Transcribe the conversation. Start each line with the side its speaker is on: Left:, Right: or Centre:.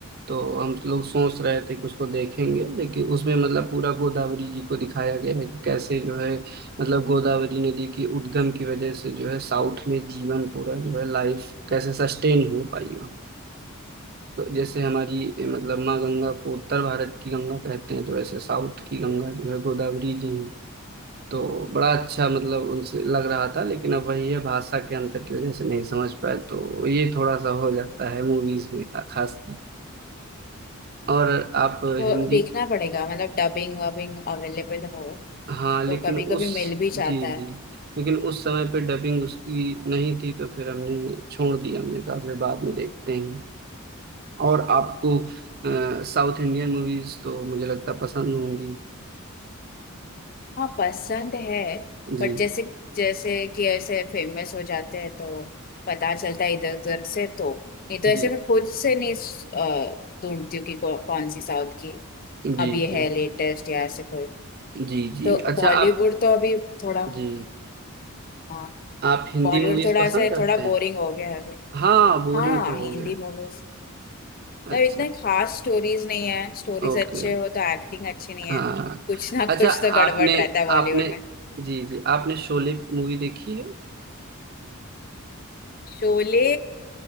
Right: तो हम लोग सोच रहे थे कि उसको देखेंगे लेकिन उसमें मतलब पूरा गोदावरी जी को दिखाया गया है कि कैसे जो है मतलब गोदावरी नदी की उद्गम की वजह से जो है साउथ में जीवन पूरा जो है लाइफ कैसे सस्टेन हो पाई वहाँ तो जैसे हमारी ए, मतलब माँ गंगा को उत्तर भारत की गंगा कहते हैं तो वैसे साउथ की गंगा जो है गोदावरी जी हैं तो बड़ा अच्छा मतलब उनसे लग रहा था लेकिन अब वही है भाषा के अंतर की वजह से नहीं समझ पाए तो ये थोड़ा सा हो जाता है मूवीज में खासकर और आप हिंदी
Left: वो देखना पड़ेगा मतलब डबिंग वबिंग अवेलेबल हो
Right: हाँ लेकिन
Left: तो कभी
Right: उस
Left: कभी मिल भी
Right: जी
Left: जाता है
Right: जी लेकिन उस समय पे डबिंग उसकी नहीं थी तो फिर हमने छोड़ दिया हमने कहा फिर बाद में देखते हैं और आपको साउथ इंडियन मूवीज तो मुझे लगता पसंद होंगी
Left: हाँ पसंद है
Right: जी
Left: बट जैसे जैसे कि ऐसे फेमस हो जाते हैं तो पता चलता है इधर उधर से तो नहीं तो
Right: जी
Left: ऐसे मैं खुद से नहीं अ, ढूंढती हूँ कि कौ, कौन सी साउथ की
Right: जी
Left: अब ये
Right: जी
Left: है लेटेस्ट या ऐसे कोई
Right: जी जी
Left: तो
Right: अच्छा
Left: बॉलीवुड
Right: आप
Left: तो अभी थोड़ा
Right: जी
Left: हाँ
Right: आप हिंदी
Left: बॉलीवुड
Right: मूवीज
Left: थोड़ा
Right: पसंद
Left: ऐसे
Right: करते
Left: थोड़ा
Right: हैं
Left: बोरिंग हो गया है अभी
Right: हाँ बोरिंग
Left: हाँ
Right: तो हो
Left: हिंदी
Right: गया
Left: मूवीज
Right: अच्छा
Left: मतलब इतने खास स्टोरीज नहीं है स्टोरीज
Right: ओके
Left: अच्छे हो तो एक्टिंग अच्छी नहीं है
Right: हाँ
Left: कुछ ना
Right: अच्छा
Left: कुछ तो गड़बड़
Right: आपने
Left: रहता है बॉलीवुड
Right: आपने
Left: में
Right: जी जी आपने शोले मूवी देखी है
Left: शोले